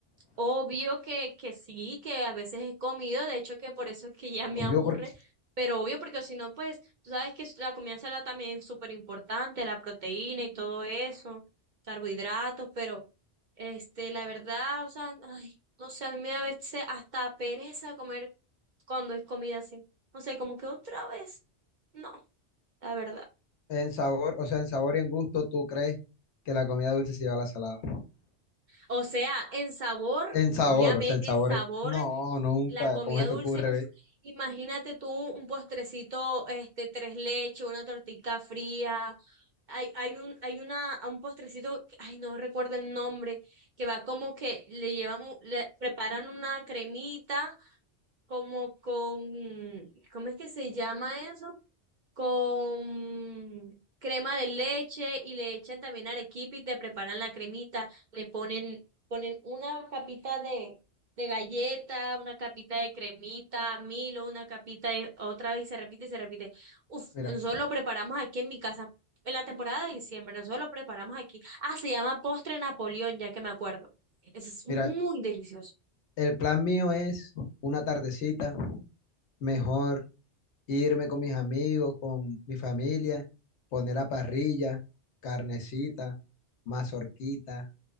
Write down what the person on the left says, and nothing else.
Obvio
porque
en sabor, o sea, en sabor y en gusto, tú crees que la comida dulce se lleva a la salada.
En sabor,
o sea, en
sabor.
No, nunca.
¿Cómo se
te ocurre,
ve?
Mira,
mira,
el plan mío es una tardecita, mejor irme con mis amigos, con mi familia, poner la parrilla, carnecita, mazorquita,